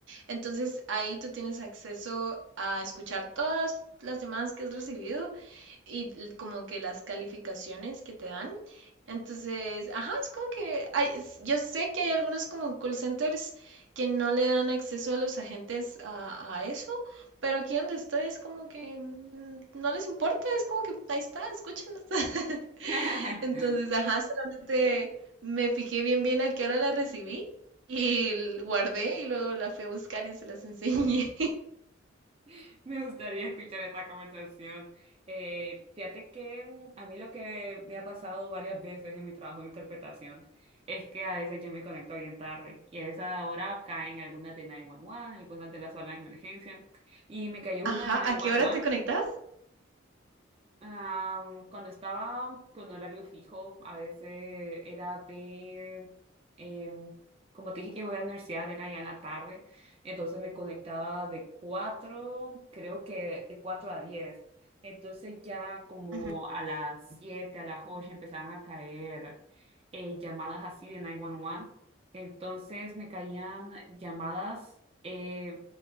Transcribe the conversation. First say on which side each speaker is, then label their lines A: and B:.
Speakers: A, on the right; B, on the right.
A: Entonces ahí tú tienes acceso a escuchar todas las llamadas que has recibido y como que las calificaciones que te dan. Entonces, ajá, es como que hay, yo sé que hay algunos como call centers que no le dan acceso a los agentes a, a eso, pero aquí donde estoy es como que mm, no les importa, es como que ahí está, escúchenlos. <laughs>
B: <laughs>
A: Entonces, ajá, solamente me fijé bien bien a qué hora la recibí y l- guardé y luego la fui a buscar y se las enseñé.
B: <laughs> Me gustaría escuchar esa conversación. Eh, fíjate que mm, a mí lo que me ha pasado varias veces en mi trabajo de interpretación es que a veces yo me conecto bien tarde y a esa hora caen algunas de 911, algunas de la sala de emergencia y me
A: <laughs>
B: cayó
A: Ajá,
B: una de 911
A: ¿a qué hora te conectas?
B: Am, cuando estaba con horario fijo, a veces era de, em, como te dije que voy a la universidad, era ya en la tarde, entonces me conectaba de cuatro creo que de cuatro a diez Entonces ya como
A: Ujú.
B: a las siete a las ocho empezaban a caer eh, llamadas así de 911. Entonces me caían llamadas, eh,